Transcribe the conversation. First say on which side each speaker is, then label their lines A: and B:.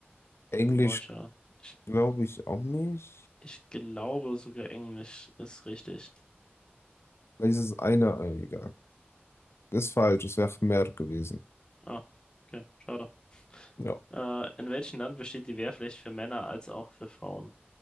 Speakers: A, on the left; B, on the left.
A: Englisch,
B: Kambodscha. Ich,
A: glaube ich, auch nicht.
B: ich glaube sogar Englisch ist richtig.
A: Vielleicht ist es eine Ei, egal. Ist falsch, es wäre mehr gewesen.
B: Ah, okay, schade.
A: Ja.
B: Äh, in welchem Land besteht die Wehrpflicht für Männer als auch für Frauen?